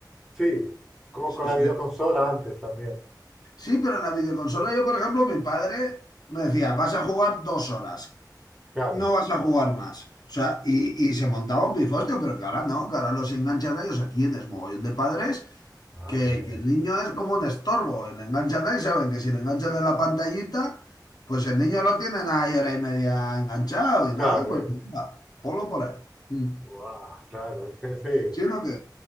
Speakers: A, in the centre; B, on the left.
A: Sí, como
B: es-
A: con
B: es-
A: la videoconsola antes también.
B: sí, pero en la videoconsola yo, por ejemplo, mi padre me decía, vas a jugar dos horas,
A: Claro.
B: no vas a jugar más. O sea, y, y se montaba un pifostio, pero que ahora no, que ahora los enganchan a ellos, aquí tienes mogollón de padres
A: Madre
B: que,
A: mía.
B: que el niño es como un estorbo, y le enganchan ahí, saben que si le enganchan en la pantallita, pues el niño lo tienen ahí hora y media enganchado y
A: Claro,
B: nada, pues
A: eh.
B: venga, ponlo por ahí. Mm.
A: Guau, claro, es que sí.
B: Sino que...